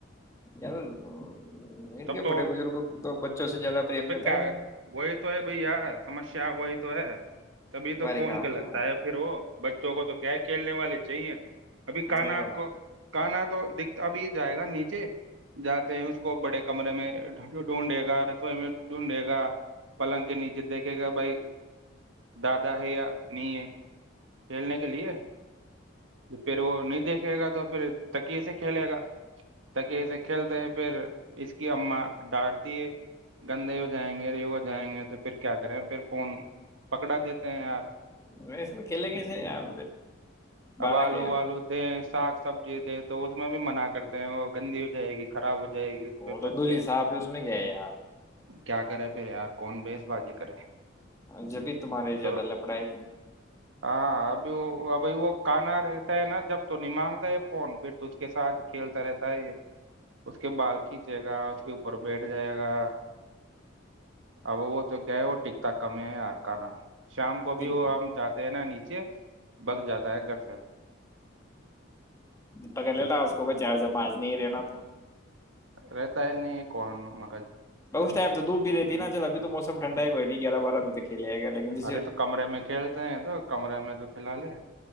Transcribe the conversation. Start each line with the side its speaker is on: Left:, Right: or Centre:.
Left: ار اوراں ان
Right: تب
Left: کے
Right: تو
Left: بڑے بزرگوں کو تو بچوں سے زیادہ پریم
Right: تو پ
Left: رہتا ہے
Right: وہی تو ہے بھائی یار سمسیا وہی تو ہے کبھی تو
Left: بھاری
Right: فون
Left: کام
Right: کے لگتا
Left: ہو رہا
Right: ہے پھر وہ بچوں کو تو کیا کیا کھیلنے والے چاہیے ابھی کانا
Left: صحیح بات
Right: کو
Left: ہے
Right: کانا تو دکھ ابھی جائے گا نیچے جاتے ہیں اس کو بڑے کمرے میں ڈڈ ڈھونڈے گا سو میں ڈھونڈے گا پلنگ کے نیچے دیکھے گا بھائی دادا ہے یا ن ہے کھیلنے کے لیے پھر وہ نہیں دیکھے گا تو پھر تکیے سے کھیلے گا تکیے کھیلتے ہیں پھر اس کی اما ڈانٹتی ہے گندے ہو جائیں گے ری ہو جائیں گے تو پھر کیا کریں پھر فون پکڑا دیتے ہیں یار
Left: ویسے تو کھیلیں گے سے یار باڑا
Right: اب آلو
Left: کے
Right: آلو دیں ساگ سمجی دے تو اس میں بھی من کرتے ہیں وہ گندی ہو جائے گی خراب ہو جائے گی پھر
Left: تو
Right: بچے
Left: دلہلی صاحب ہی اس میں کیا یار
Right: کیا کرے پھر یار کون بیس بازی کرے
Left: جبھی تمہارے زیادہ
Right: تو
Left: لپڑائی ہے
Right: ہاں ابھی وہ اب وہ کانا رہتا ہے نا جب تو نہیںمانگتا ہے فون پھر تو اس کے ساتھ کھیلتا رہتا ہے یہ اس کے بال کھینچے گا اس کے اوپر بیٹھ جائے گا اب وہ تو کیا ہے وہ ٹکتا کم ہے یار کنا <unintelligible> شام کو بھی
Left: دن
Right: وہ ہم جاتے ہیں نا نیچے بگ جاتا ہے گھر سے
Left: پکڑ لینا اس کو کوئی چار سے پانچ نہیں رہناا تو
Right: رہتا ہے نہیں کون م
Left: بہ اس ٹائم تو ڈوب بھی دیتی نا چل تو موم ٹھڈا ہےئی گیار بارہ بج تک لے گیا لیکن جیسے
Right: ارے تو کمرے میں کھیلتے ہیں تو کمرے میں تو کھلا لے